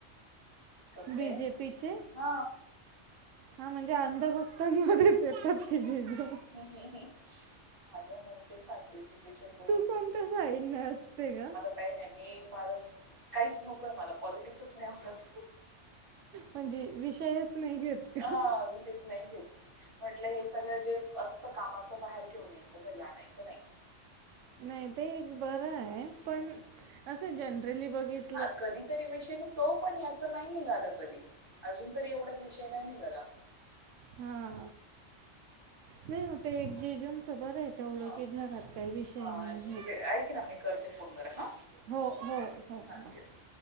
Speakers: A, on the right; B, on the right.
A: कसले?
B: बी जे पी चे.
A: हा
B: हा म्हणजे अंधभक्तांमध्येच येतात की जिजू.
A: हम्म. अगं म्हणून तेच सांगते, सिच्युएशन <inaudible>
B: तू कोणत्या साईडने असते ग
A: काही नाही. मी मला काहीच नको आहे, मला पॉलिटिक्सच नाही आवडत.
B: म्हणजे विषयच नाही घेत का?
A: हा विषयच नाही घेत. म्हटलं हे सगळं जे असतं कामाचं बाहेर ठेवून यायचं. घरी आणायचं नाही.
B: नाही ते एक बरं आहे,
A: हम्म.
B: पण असं जनरली बघितित
A: हा कधीतरी विषय निघतो. पण याच नाही निघाल कधी. अजून तरी एवढ्यात विषय नाही निघाला.
B: हा, नाही मग ते एक जीजूंच बरं आहे तेवढं
A: हा
B: की घरात काही विषय
A: हा
B: नाही
A: ठीक
B: माहित.
A: आहे ऐक ना मी करते फोन वर हा.
B: हो हो हो
A: हा
B: बाय.
A: येस.